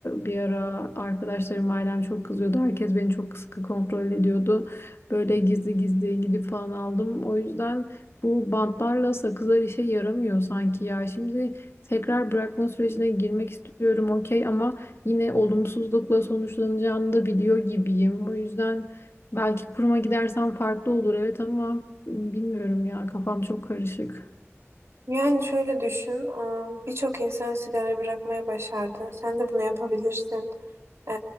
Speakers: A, on the left; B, on the right.
A: bir ara arkadaşlarım, ailem çok kızıyordu. Herkes beni çok sıkı kontrol ediyordu. Böyle gizli gizli gidip falan aldım. O yüzden bu bantlarla sakızlar işe yaramıyor sanki ya. Şimdi tekrar bırakma sürecine girmek istiyorum okey ama yine olumsuzlukla sonuçlanacağını da biliyor gibiyim. O yüzden belki kuruma gidersem farklı olur evet ama bilmiyorum ya kafam çok karışık.
B: Yani şöyle düşün, ıı, birçok insan sigara bırakmayı başardı. Sen de bunu yapabilirsin. Ee,